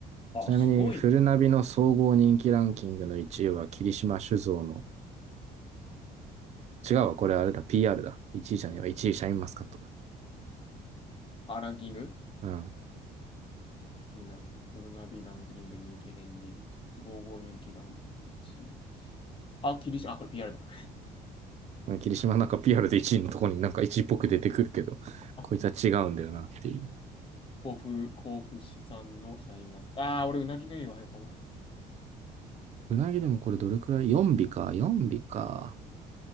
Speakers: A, on the left (about 30°); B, on the right (about 40°).
A: あ、
B: ちなみに、
A: すごい。
B: フルナビの総合人気ランキングの1位は霧島酒造の、違うわ、これあれだ、PR だ。1位じゃねえわ、1位シャインマスカットだ。
A: あ、ランキング
B: う
A: 気になるの。フルナビランキング人気変率、総合人気ランキング1あ、キリシ、あ、これ PR だ。
B: ん。霧島なんか PR で1位のところになんか1位っぽく出てくるけど、
A: <laughs>
B: こいつは違うんだよなっていう。
A: 甲府、甲府市産のシャインマスカット。ああ、俺、うなぎがいいわよ、この。
B: うなぎでもこれどれくらい ?4 尾か、4尾か。